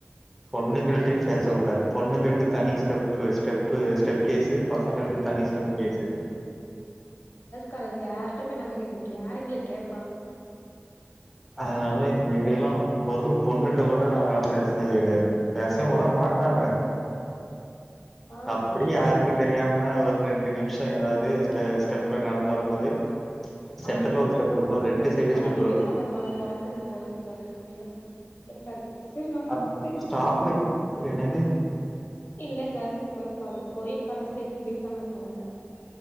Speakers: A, in the centre; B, on the left.
A: பொண்ணுங்கள்ட்டே பேசக் கூடாது பொண்ணுங்களுக்கு தனி ஸ்டெப்பு ஸ்டெப்பு ஸ்டெப் கேசு எங்களுக்கு தனி ஸ்டெப் கேசு
B: காலேஜி யார்ட்ட போய் நாங்க கேக்க முடியும் யார் எங்கள கேப்பா
A: அதனால எங்கெல்லாம் ஒரு பொண்ணுட்ட கூட நாங்கல்லா பேசினது கெடையாது பேசுவும்
B: ஓஹோ
A: கூட மாட் ட்டாங்க
B: ஆ
A: அப்டியே
B: நாங்க
A: யாருக்கும்
B: இல்ல
A: தெரியாம ஒரு ரெண்டு நிமிஷம் ஏதாவது ஸ்ட ஸ்டெப்ல நடந்து வரும்போது சென்டர்ல
B: ஆ
A: ஒரு ஸ்டெப் இருக்கு ரெண்டு சைடு
B: அது
A: ஸ்டெப்
B: எப்டி
A: இருக்கு
B: பேசாம இருப்பாங்க பாய்ஸ் அண்ட் கேர்ள்ஸ் காலேஜ்ல <unintelligible> சேரி நா
A: அந்த
B: சேரி
A: ஸ்டாஃபு
B: சேரி
A: என்னது
B: இல்ல girls and boys college coed காலேஜ்ல எப்டி பேசாம இருப்பாங்கன் பாத்த